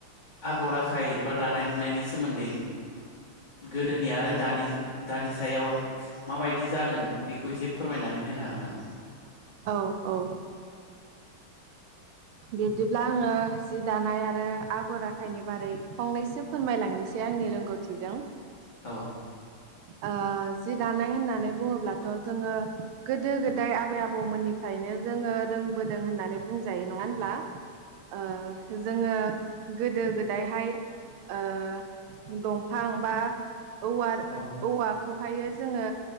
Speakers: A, on the left; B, on the right.
A: आगर आखाइ एबा दानाय लुनायनि सोमोन्दै गोदोनि आरो दानि दानि सायाव माबायदि जादों बेखौ एसे फोरमायनानै होनो हागोन नामा <inaudible>
B: औ औ ओ बिब्दिब्ला आङो जि दानाय आरो आगर आखाइनि बारै फंनैस एसे फोरमायलांनोसै आंनि रोंगौथिजों
A: औ
B: ओ जि दानाय होननानै बुङोब्लाथ' जोङो गोदो गोदाय आबै आबौ आबमोननिफ्रायनो जोङो रोंबोदों होननानै बुंजायो नङा होनब्ला ओ जोङो गोदो गोदायहाय ओ दंफां बा औव
A: खोनादों
B: औवाखौहायो जोङो